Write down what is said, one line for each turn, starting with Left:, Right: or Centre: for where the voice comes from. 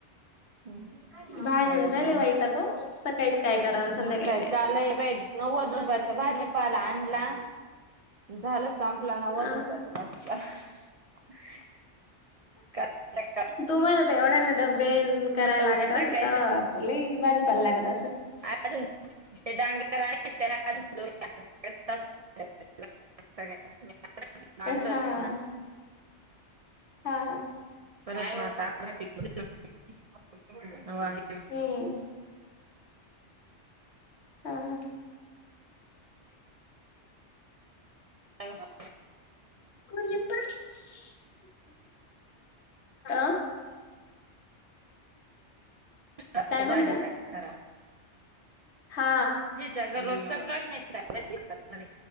Right: <unintelligible>
Left: भाज्यांचा
Right: गोळा करून
Left: लय वैताग ओ सकाळीच काय करावं आणि संध्याकाळी
Right: मग काय काल
Left: करावं
Right: ही बाय नव्वद रुपयाच भाजी पाला आणला. झालं संपला नव्वद
Left: अ
Right: रुपयाच भाजी <unintelligible>
Left: तुम्हाला त एवढ्याना डब्बे नं करायला
Right: उद्या
Left: लागत
Right: सकाळी
Left: असल तवा लई भाजीपाला लागत असल.
Right: अजून-ते डांगर आणलं - त्याला अजून <unintelligible> सगळ्या <inaudible>
Left: हा
Right: आणंल
Left: हा
Right: होत ना
Left: हा
Right: परत म आता <unintelligible> वां
Left: हम्म हा हा
Right: <unintelligible> <unintelligible>
Left: <unintelligible> अ
Right: आता
Left: काय म्हणता
Right: भाजी काय करावा.
Left: हा
Right: सगळा रोजचा प्रश्न ये काय भाजी करणार ये